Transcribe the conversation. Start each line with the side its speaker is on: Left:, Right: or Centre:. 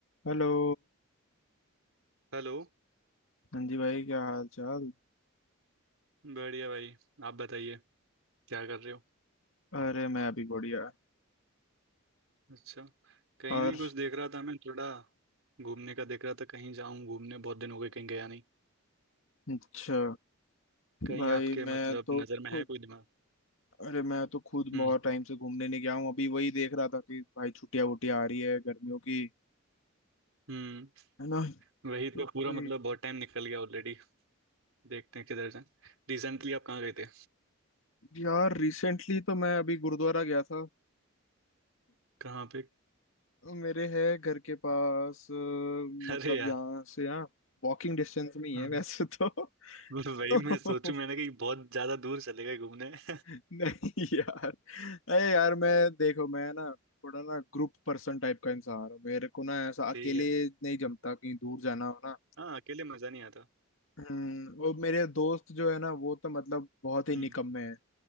Left: Hello
Right: Hello
Left: हाँ जी भाई क्या हाल चाल
Right: बढ़िया भाई आप बताइए क्या कर रहे हो
Left: अरे मैं अभी बढ़िया
Right: अच्छा कहीं
Left: और
Right: नहीं कुछ देख रहा था मैं थोड़ा घूमने का देख रहा था कहीं जाऊं घूमने बहुत दिन हो गए कहीं गया नहीं
Left: अच्छा
Right: कहीं
Left: भाई
Right: आपके मतलब
Left: मैं तो
Right: नज़र में
Left: खुद
Right: है कोई दिमाग
Left: अरे मैं तो खुद
Right: हम्म
Left: बहुत टाइम से घूमने नहीं गया हूँ अभी वही देख रहा था कि भाई छुट्टियां वुट्टियां आ रही है गर्मियों की
Right: हम्म
Left: है ना
Right: वही तो
Left: तो कहीं-
Right: पूरा मतलब बहुत टाइम निकल गया ऑलरेडी देखते हैं किधर जाएं रिसेंटली आप कहाँ गए थे
Left: यार रिसेंटली तो मैं अभी गुरुद्वारा गया था
Right: कहाँ पे
Left: तो मेरे है घर के पास अ,
Right: अरे
Left: मतलब
Right: यार
Left: यहाँ से यहाँ वॉकिंग डिस्टेंस में ही
Right: हाँ
Left: है वैसे तो
Right: वही
Left: <laughs>
Right: मैं सोचूं मैंने कहीं बहुत ज्यादा दूर चले गए घूमने <laughs>
Left: नहीं यार अरे यार मैं देखो मैं ना थोड़ा ना ग्रुप पर्सन टाइप का इंसान हूँ मेरे को ना ऐसा
Right: ठीक
Left: अकेले
Right: है
Left: नहीं जमता कहीं दूर जाना हो ना
Right: हाँ अकेले मजा नहीं आता
Left: हम्म और मेरे दोस्त जो है ना वो तो मतलब बहुत ही
Right: हम्म
Left: निकम्मे हैं